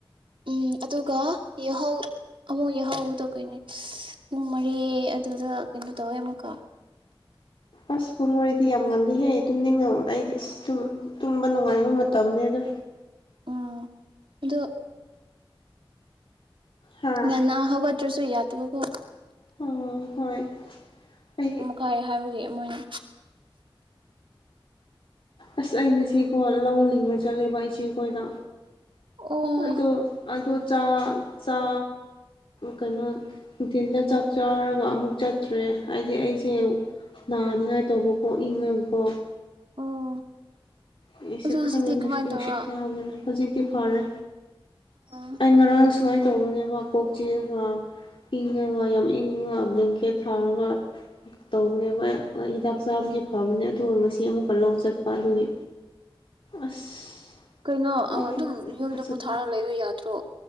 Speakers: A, on the right; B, on the left.
A: ꯎꯝ ꯑꯗꯨꯒ ꯌꯥꯍꯧ ꯑꯃꯨꯛ ꯌꯥꯍꯧꯗꯣ ꯀꯩꯅꯦ ꯄꯨꯡ ꯃꯔꯤ ꯑꯗꯨꯗ ꯀꯩꯅꯣ ꯇꯧꯋꯦ ꯑꯃꯨꯛꯀ
B: ꯑꯁ ꯄꯨꯡ ꯃꯔꯤꯗꯤ ꯌꯥꯝ ꯉꯜꯂꯤꯍꯦ ꯇꯨꯝꯅꯤꯡꯉꯛ ꯑꯩꯗꯤ ꯑꯁ ꯇꯨꯝꯕ ꯅꯨꯡꯉꯥꯏꯕ ꯃꯇꯝꯅꯦꯗ
A: ꯎꯝ ꯑꯗꯣ
B: ꯍꯥ
A: ꯉꯟꯅꯥ ꯍꯧꯒꯠꯇꯔꯁꯨ ꯌꯥꯗꯕꯀꯣ
B: ꯎꯝ ꯍꯣꯏ ꯑꯩ
A: ꯀꯥꯏ ꯍꯥꯏꯕꯒꯤ ꯃꯣꯏꯅ
B: ꯑꯁ ꯑꯩ ꯉꯁꯤꯀꯣ ꯂꯧ ꯂꯤꯡꯕ ꯆꯠꯂꯦꯕ ꯏꯆꯦꯈꯣꯏꯗ
A: ꯑꯣ
B: ꯑꯗꯣ ꯑꯗꯣ ꯆꯥ ꯆꯥ ꯀꯩꯅꯣ ꯅꯨꯡꯊꯤꯟꯗ ꯆꯥꯛ ꯆꯥꯔꯒ ꯑꯃꯨꯛ ꯆꯠꯇ꯭ꯔꯦ ꯍꯥꯏꯗꯤ ꯑꯩꯁꯦ ꯅꯥꯅꯤꯡꯉꯥꯏ ꯇꯧꯕꯀꯣ ꯏꯪꯉꯀꯣ
A: ꯑꯣ
B: ꯑꯩꯁꯨ
A: ꯑꯗꯣ ꯍꯧꯖꯤꯛꯇꯤ
B: ꯈꯪꯗꯦꯅ‌ꯦ
A: ꯀꯃꯥꯏꯅ
B: ꯅꯨꯡꯁꯤꯠ
A: ꯇꯧꯔ
B: ꯀꯥꯕꯔ ꯍꯧꯖꯤꯛꯇꯤ ꯐꯔꯦ
A: ꯑ
B: ꯑꯩ ꯉꯔꯥꯡ ꯁꯨꯃꯥꯏ ꯇꯧꯕꯅꯦꯕ ꯀꯣꯛ ꯆꯤꯛꯑꯒ ꯏꯪꯉꯒ ꯌꯥꯝ ꯏꯪꯉ ꯕ꯭ꯂꯦꯡꯀꯦꯠ ꯊꯥꯔꯒ ꯇꯧꯕꯅꯦꯕ ꯑꯩꯌꯥꯛ ꯍꯤꯗꯥꯛ ꯆꯥꯕꯒꯤ ꯐꯕꯅꯦ ꯑꯗꯨꯒ ꯉꯁꯤ ꯑꯃꯨꯛꯀ ꯂꯧ ꯆꯠꯄ ꯑꯗꯨꯒꯤ ꯑꯁ
A: ꯀꯩꯅꯣ ꯑ
B: ꯑꯃꯨꯛ
A: ꯑꯗꯨꯝ
B: ꯑꯃꯨꯛꯀ
A: ꯌꯨꯝꯗ
B: ꯆꯠꯇ꯭ꯔꯦ
A: ꯄꯣꯊꯥꯔ ꯂꯩꯕ ꯌꯥꯗ꯭ꯔꯣ